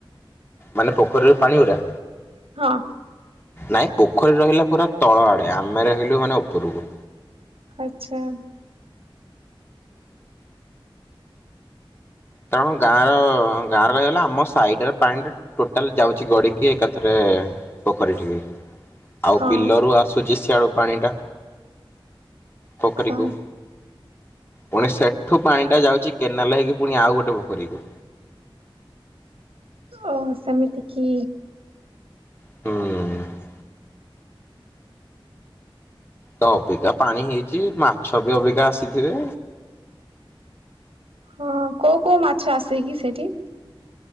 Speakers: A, on the left; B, on the right.
A: ମାନେ ପୋଖରୀ ରୁ ପାଣି ଗୁଡା।
B: ହଁ।
A: ନାଇଁ ପୋଖରୀ ରହିଲା ପୁରା ତଳ ଆଡେ ଆମେ ରହିଲୁ ମାନେ ଓପୁରୁକୁ।
B: ଆଚ୍ଛା।
A: କାରଣ ଗାଁ ର ଗାଁ ରହିଗଲା ଆମ ସାଇଡ୍ ର ପାଣିଟା। ଟୋଟାଲ୍ ଯାଉଛି ଗଡିକି ଏକାଥରେ ପୋଖରୀଠିକି। ଆଉ
B: ହଁ।
A: ବିଲରୁ ଆସୁଛି ସିଆଡୁ ପାଣି ଟା ପୋଖରୀକୁ।
B: ହଁ
A: ପୁଣି ସେଠୁ ପାଣି ଟା ଯାଉଛି କେନାଲ ହେଇକି ପୁଣି ଆଉ ଗୋଟେ ପୋଖରୀକୁ।
B: ଓ ସେମିତି କି।
A: ହୁଁ। ତ ଅବିକା ପାଣି ହେଇଚି ମାଛ ବି ଅବିକା ଆସିଥିବେ।
B: ହଁ କୋଉ କୋଉ ମାଛ ଆସେ କି ସେଇଠି।